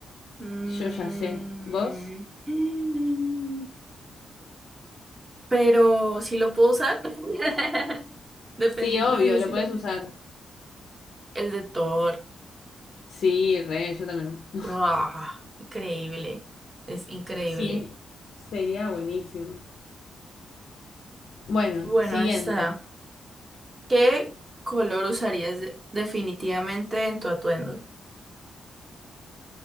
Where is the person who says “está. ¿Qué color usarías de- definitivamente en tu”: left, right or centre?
Right